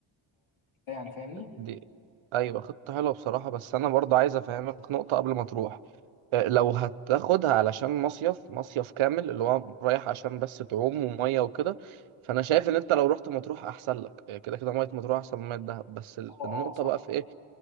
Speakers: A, on the left (about 75°); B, on the right (about 85°).
A: يعني فاهمني
B: دي ايوه خطة حلوة بصراحة بس انا برضه عايز افهمك نقطة قبل ما تروح آه، لو هتاخدها علشان مصيف مصيف كامل اللي هو رايح عشان بس تعوم ومية وكده فانا شايف ان انت لو رحت مطروح احسن لك آه، كده كده مية مطروح احسن من مية دهب بس ال-
A: اه اه
B: النقطة
A: صح
B: بقى في ايه